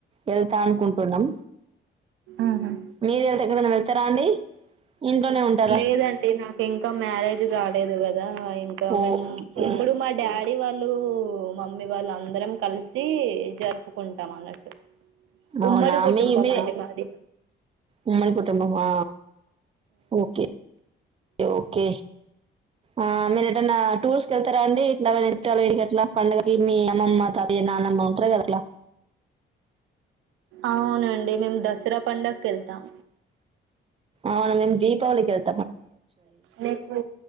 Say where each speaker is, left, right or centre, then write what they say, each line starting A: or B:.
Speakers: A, on the right; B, on the right.
A: వెళ్తా అనుకుంటున్నాం
B: ఊహు
A: మీరు వెళ్తే ఎక్కడనా వెళ్తారా అండి ఇంట్లోనే ఉంటారా
B: లేదండి నాకు ఇంకా మ్యారేజ్ కాలేదు గద ఆ ఇంకా
A: ఓకే
B: మేము ఇప్పుడు మా డాడీ వాళ్ళు మమ్మీ వాళ్ళు అందరం కలిసి జరుపుకుంటాం అన్నట్టు ఉమ్మడి
A: అవునా
B: కుటుంబం
A: మీ మీరే
B: అండి మాది
A: ఉమ్మడి కుటుంబమా ఓకే ఓకే ఆ మీరు ఎటన్నా టూర్స్ కెల్తారా అండి ఇట్లా వీడికిట్లా పండుగా మీ అమ్మమ్మ తాతయ్య నాన్నమ్మ ఉంటారుగా ఇట్ల
B: అవునండి మేము దసరా పండక్కి ఏళ్తాం
A: అవును మేం దీపవళి కెల్
B: మీకు